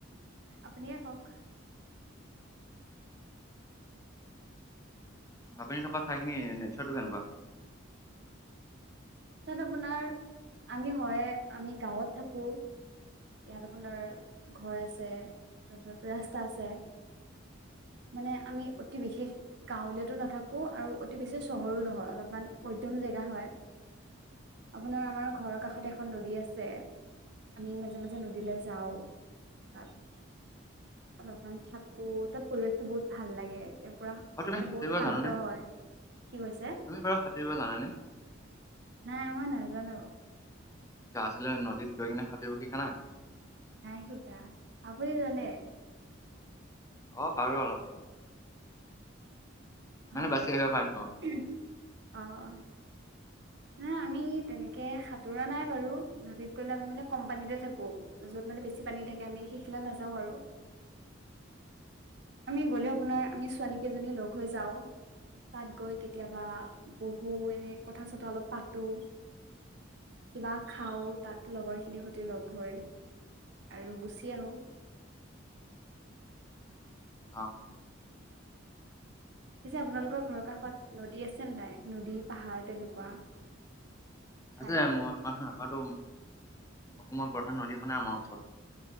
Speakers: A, on the right; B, on the left.
A: আপুনিয়ে ক' ক?
B: আপুনি থকা ঠাইখিনি নেচাৰটো কেনেকুৱা?
A: তাত আপোনাৰ আমি হয় আমি গাঁৱত থাকো ইয়াত আপোনাৰ ঘৰ আছে তাৰপিছত ৰাস্তা আছে।
B: <inaudible>
A: মানে আমি অতি বিশেষ গাঁৱলীয়াতো নাথাকো আৰু অতি বেছি চহৰো নহয় অলপমান মধ্যম জেগা হয়।
B: <inaudible>
A: আপোনাৰ আমাৰ ঘৰৰ কাষতে এখন নদী আছে আমি মা মাজে - মাজে নদীলৈ যাওঁ তাত অলপমান থাকো তাত পৰিৱেশটো বহুত ভাল লাগে। পুৰা
B: অ' তুমি
A: মানে
B: সাঁতুৰিব
A: বহুত শান্ত
B: জানানে?
A: হয়, কি কৈছে?
B: তুমি বাৰু সাঁতুৰিব জানানে?
A: নাই মই নেজানো।
B: আজিলৈ নদীত গৈ কিনে সাঁতুৰিব শিকা নাই?
A: নাই শিকা আপুনি জানে?
B: অহ, পাৰো অলপ- চলপ।
A: হয়,
B: মানে বাচি আহিব পাৰিম আৰু
A: <unintelligible> অহ ন' আমি তেনেকে সাঁতোৰা নাই বাৰু নদীত গলে আমি মানে কম পানীতে থাকো মানে বেছি পানী থাকে আমি হিফলে নাযাওঁ আৰু।
B: <inaudible>
A: আমি গ'লে আপোনাৰ আমি ছোৱালী কেইজনী লগ হৈ যাওঁ। তাত গৈ কেতিয়াবা বহু এনে কথা- চথা অলপ পাতো, কিবা খাওঁত তাত লগৰ খিনিৰ সৈতে লগ হৈ আৰু গুচি আহোঁ।
B: অহ
A: পিছে আপোনালোকৰ ঘৰৰ কাষত নদী আছে নে নাই নদী, পাহাৰ তেনেকুৱা ঠাই
B: আছে মই আমাৰ আমাৰতো অসমৰ প্ৰধান নদীখনে আমাৰ ওচৰত।